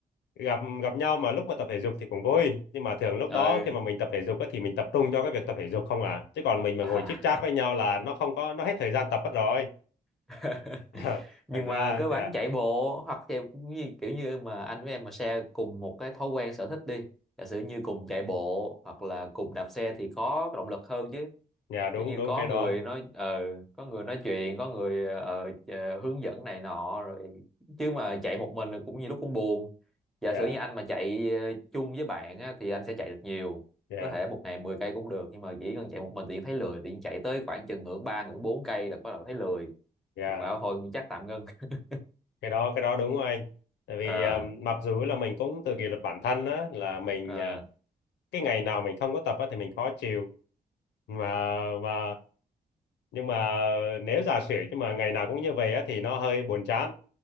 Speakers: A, on the left (about 80°); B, in the centre.
A: gặp gặp nhau mà lúc mà tập thể dục thì cũng vui nhưng mà thường lúc
B: ừ
A: đó khi mà mình tập thể dục á, thì mình tập trung cho cái việc tập thể dục không à chứ còn mình mà
B: à.
A: ngồi chit chat với nhau là nó không có nó hết thời gian tập mất rồi
B: <laughs>
A: Ờ,
B: nhưng
A: phải ra
B: mà cơ bản
A: dạ
B: chạy bộ hoặc chạy như, kiểu như mà anh với em mà share cùng một cái thói quen sở thích đi giả sử như cùng chạy bộ hoặc là cùng đạp xe thì có động lực hơn chứ
A: dạ đúng
B: kiểu như
A: đúng
B: có
A: cái
B: người
A: đó
B: nói ờ có người nói chuyện có người ờ, ờ, hướng dẫn này nọ rồi chứ mà chạy một mình thì cũng như lúc cũng buồn giả
A: dạ
B: sử như anh mà chạy ờ, chung với bạn á, thì anh sẽ chạy được nhiều
A: dạ
B: có thể một ngày 10 cây cũng được nhưng mà chỉ cần chạy một mình thì thấy lười thì chạy tới khoảng chừng ngưỡng ba ngưỡng bốn cây là bắt đầu thấy lười
A: dạ
B: Rồi bảo thôi chắc tạm ngưng <laughs>
A: cái đó cái đó đúng của anh tại vì
B: ờ
A: à, mặc dù là mình cũng tự kỷ luật bản thân á là mình
B: ờ,
A: à, cái ngày nào mình không có tập á, thì mình khó chịu mà mà nhưng mà nếu giả sử nhưng mà ngày nào cũng như vậy á, thì nó hơi buồn chán